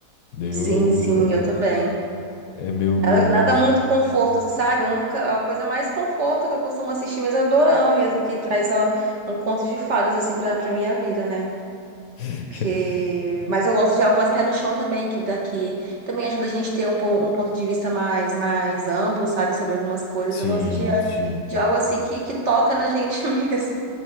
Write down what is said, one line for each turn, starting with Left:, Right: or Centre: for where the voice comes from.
Left: Daí
Right: Sim,
Left: eu
Right: sim, eu também.
Left: é meu meus
Right: Nada, nada muito conforto, sabe? A única, a coisa mais conforto que eu costumo assistir mesmo é dorama mesmo, que traz ó, um conto de fadas, assim, pra, pra minha vida, né?
Left: <laughs>
Right: Porque... Mas eu gosto de algo mais pé no chão também, que daqui também ajuda a gente a ter um, po- um ponto de vista mais, mais amplo, sabe? Sobre algumas coisas.
Left: sim,
Right: Eu gosto de,
Left: sim,
Right: de algo assim que, que toca na gente <laughs> mesmo.